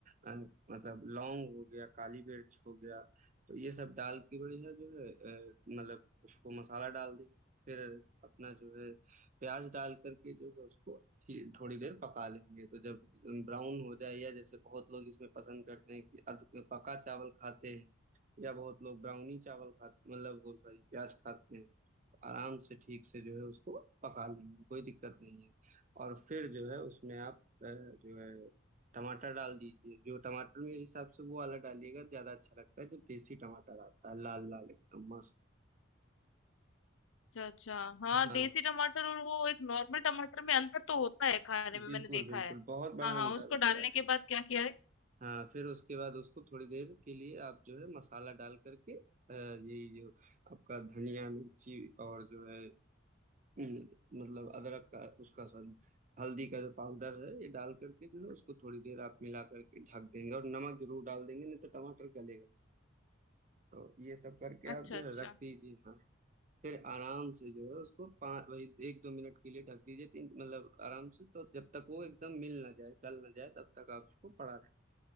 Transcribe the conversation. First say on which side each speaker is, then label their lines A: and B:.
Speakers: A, on the right; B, on the left.
A: अ, मतलब लौंग हो गया काली मिर्च हो गया तो ये सब डाल के बढ़िया जो है अ, मतलब उसको मसाला डाल देंगे फिर अपना जो है प्याज डाल करके जो है उसको थी- थोड़ी देर पका लेंगे तो जब ब्राउन हो जाए या जैसे बहुत लोग इसमें पसंद करते हैं कि अध पका चावल खाते हैं या बहुत लोग ब्राउनी चावल खाते मतलब वो सॉरी प्याज खाते हैं तो आराम से ठीक से जो है उसको पका लेंगे कोई दिक्कत नहीं है और फिर जो है उसमें आप अ, जो है टमाटर डाल दीजिए जो टमाटर मेरे हिसाब से वो वाला डालिएगा ज्यादा अच्छा लगता है जो देसी टमाटर आता है लाल लाल एकदम मस्त
B: अच्छा अच्छा हाँ
A: हाँ
B: देसी टमाटर और वो एक नॉर्मल टमाटर में अंतर तो होता है खाने में
A: बिल्कुल
B: मैंने देखा
A: बिल्कुल
B: है
A: बहुत बड़ा
B: हाँ हाँ
A: अंतर
B: उसको
A: होता
B: डालने
A: है
B: के बाद क्या किया है
A: हाँ फिर उसके बाद उसको थोड़ी देर के लिए आप जो है मसाला डाल करके अ, यही जो आपका धनिया मिर्ची और जो है अम, मतलब अदरक का उसका सॉरी हल्दी का जो पाउडर है ये डाल करके जो है उसको थोड़ी देर आप मिला करके ढक देंगे और नमक जरूर डाल देंगे नहीं तो टमाटर गलेगा तो ये सब करके
B: अच्छा
A: आप जो
B: अच्छा
A: है रख दीजिए हाँ हाँ। फिर आराम से जो है उसको पाँच वही एक दो मिनट के लिए ढक दीजिए तीन मतलब आराम से तो जब तक वो एकदम मिल ना जाए गल ना जाए तब तक आप उसको पड़ा रहे